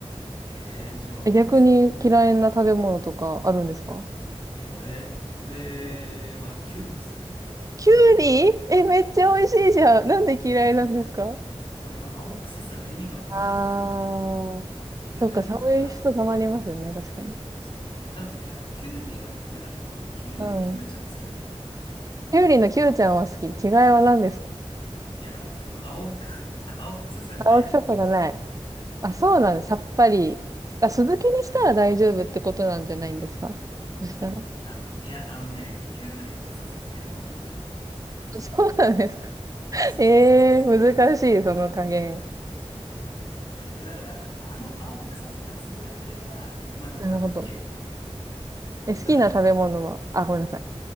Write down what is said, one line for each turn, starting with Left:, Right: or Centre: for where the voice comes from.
Left: えー、じゃあ、
Right: え、逆に嫌いな食べ物とかあるんですか
Left: なんだ、え、俺俺はキュウリっすね。
Right: きゅうりえ、めっちゃ美味しいじゃん。
Left: うん。
Right: なんで嫌いなんですか
Left: えー、あの、青臭さが意味がわかんないと思う。
Right: あー、
Left: で、キュウリとか、
Right: そっか、そういう人たまにいますよね、確かに。
Left: そう。ただね、あの、キュウリはダメだけど、キュウリのキュウちゃんも好きなんよ。
Right: うん。キュウリのキュウちゃんは好き。違いは何ですか
Left: いや、だから、その、青く、<laughs> 青臭さがないのよ、
Right: 青臭さがない。
Left: キュウリのキュウちゃん。うん。
Right: あ、そうなの、さっぱり。あ、酢漬けにしたら大丈夫ってことなんじゃないんですかそしたら。
Left: あの、あの、いや、あのね、キュウリの浅漬けとかもダメなんだよ。
Right: <laughs> そうなんですか <laughs>
Left: そうそうそうそうそう。
Right: ええー、難しい、その加減。
Left: いや、だから、あの青臭さが潰れてれば、まだ多分いける。
Right: なるほど。え、好きな食べ物は、
Left: だから、
Right: あ、ごめんなさい。